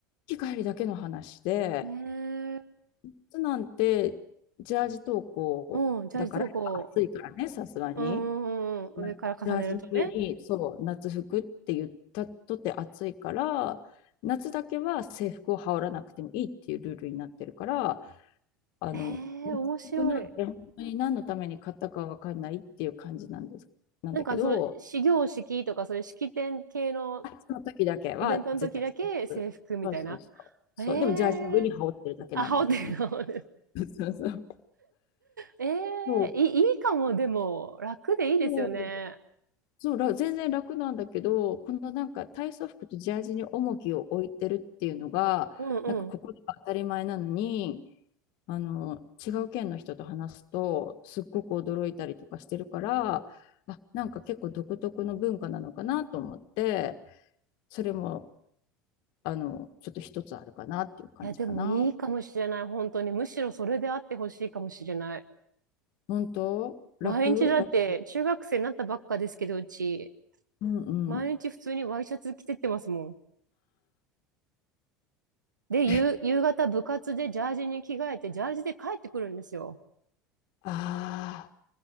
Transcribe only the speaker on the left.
行き帰りだけの話で、
夏なんてジャージ登校だから暑いからね、
さすがに。
まあジャージの上にそう夏服って言ったとて暑いから、
夏だけは制服を羽織らなくてもいいっていうルールになってるから、あの、
夏服なんて本当に何のために買ったかわかんないっていう感じなんです、
なんだけど、
あ、その時だけは絶対制服。
そうそうそう。そう、
でもジャージの上に羽織ってるだけなんだけどね。
<laughs> そうそう。
そう、
そうそうら全然楽なんだけど、このなんか体操服とジャージに重きを置いてるっていうのが、
なんかここでは当たり前なのに、あの、違う県の人と話すと、すっごく驚いたりとかしてるから、あ、なんか結構独特の文化なのかなと思って、それも、あの、ちょっと一つあるかなっていう感じかな。
本当楽楽
うんうん。
え、
ああ、